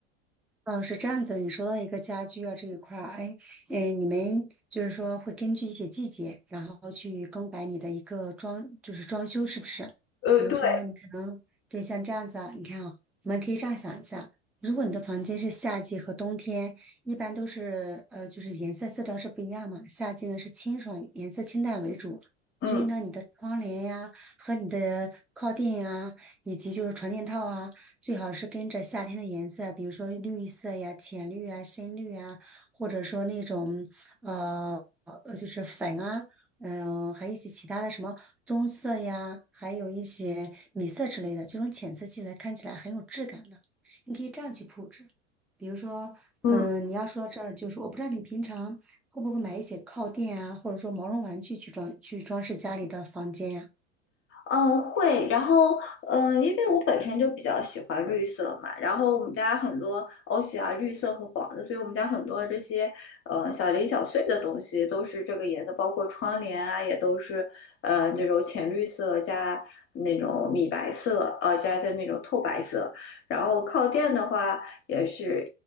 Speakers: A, in the centre; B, on the left.
A: 哦，是这样子的你说到一个家居啊这一块儿，哎，哎，你们就是说会根据一些季节，然后去更改你的一个装，就是装修是不是？
B: 呃，
A: 比如说，
B: 对，
A: 你可能对像这样子啊，你看啊，我们可以这样想一下，如果你的房间是夏季和冬天，一般都是呃，就是颜色色调是不一样嘛。夏季呢是清爽，颜色清淡为主，
B: 嗯。
A: 所以呢，你的窗帘呀和你的靠垫呀，以及就是床垫套啊。最好是跟着夏天的颜色，比如说绿色呀、浅绿啊、深绿啊，或者说那种呃呃就是粉啊，嗯、还有一些其他的什么棕色呀，还有一些米色之类的，这种浅色系的看起来很有质感的，你可以这样去布置。比如说，
B: 嗯。
A: 嗯，你要说到这儿，就是我不知道你平常会不会买一些靠垫啊，或者说毛绒玩具去装去装饰家里的房间呀、
B: 嗯，会。然后，嗯，因为我本身就比较喜欢绿色嘛，然后我们家很多欧喜啊，绿色和黄色，所以我们家很多这些，呃，小零小碎的东西都是这个颜色，包括窗帘啊，也都是，呃，这种浅绿色加那种米白色，呃，加加那种透白色。然后靠垫的话，也是，